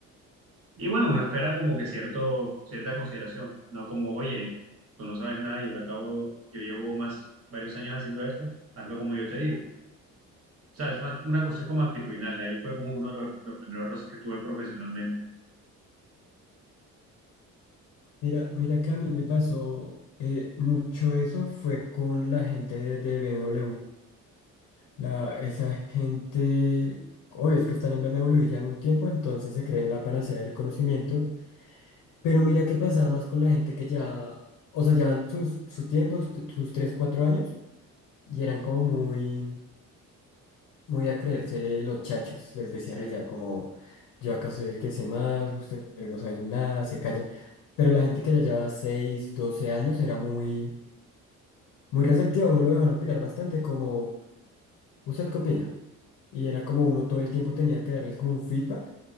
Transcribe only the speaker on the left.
Mira, mira que a mí me pasó eh, mucho eso fue con la gente de, de BMW. La, esa gente, obvio es que están en BMW ya en un tiempo, entonces se creen la panacea del conocimiento. Pero mira qué pasaba más con la gente que ya, o sea, llevan sus, su tiempo, sus 3 4 años, y eran como muy... muy a creerse los chachos, les decían
allá, como yo acá soy el que sé más, ustedes no saben nada, se callan. Pero la gente que ya llevaba 6 12 años era muy, muy receptiva, uno lo dejaban opinar bastante, como, ¿usted qué opina? Y era como uno todo el tiempo tenía que darles como un feedback